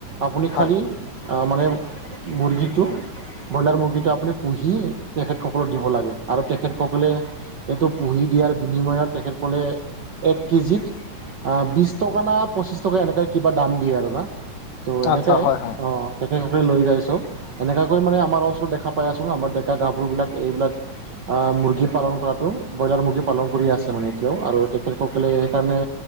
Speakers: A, on the right; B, on the left.
A: আপুনি
B: হয়
A: খালি মানে- মুৰ্গীটো। ব্ৰইলাৰ মুৰ্গীটো আপুনি পুহি তেখেতসকলক দিব লাগে আৰু তেখেতসকলে। সেইটো পুহি দিয়াৰ বিনিময়ত তেখেতসকলে এক কেজিত। অ বিশ টকা না পঁচিছ টকা এনেককা কিবা দাম দিয়ে আৰু না? ত' এনেকে
B: আচ্ছা হয় হয়
A: অ' তেখেতসকলে লৈ যাই চব। এনেকাকৈ মানে আমাৰ অঞ্চলত দেখা পাই আছোঁ আমাৰ ডেকা গাভৰুবিলাক এইবিলাক। মুৰ্গী পালন কৰাতো, ব্ৰইলাৰ মুৰ্গী পালন কৰি আছে মানে। আৰু তেখেতসকলে সেইকাৰণে।